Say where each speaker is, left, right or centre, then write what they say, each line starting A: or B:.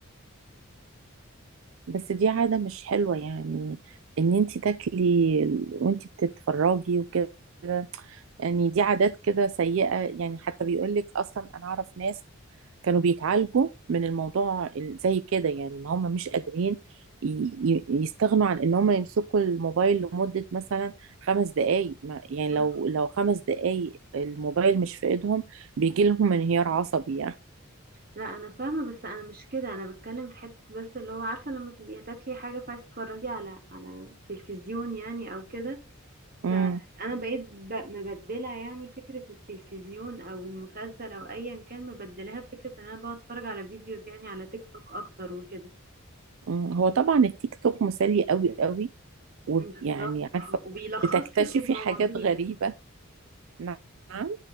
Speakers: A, on the right; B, on the right.
A: بس دي عادة مش حلوة يعني ان انت تاكلي وانت بتتفرجي وكده يعني دي عادات كده سيئة يعني حتى بيقولك اصلا انا اعرف ناس كانوا بيتعالجوا من الموضوع ال- زي كده يعني ان هم مش قادرين ي- ي- يستغنوا عن ان هم يمسكوا الموبايل لمدة مثلا خمس دقايق ما- يعني
B: مم.
A: لو لو خمس دقايق الموبايل مش في ايدهم بيجي لهم انهيار عصبي
B: لا انا فاهمة بس انا مش كده انا بتكلم في حتة بس اللي هو عارفة لما تبقي هتاكلي حاجة فعايز تتفرجي على على التلفزيون يعني او كده
A: يعني
B: فانا بقيت ب- مبدله يعني فكره التلفزيون او المسلسل او ايا كان مبدلاها بفكره ان انا بقعد اتفرج على فيديوز يعني على تيك توك اكتر وكده
A: مم. هو طبعا التيك توك مسلي قوي قوي ويعني
B: بالظبط اه
A: عارفة
B: <laughs> وبيلخص
A: بتكتشفي
B: لك المواضيع
A: حاجات غريبة نعم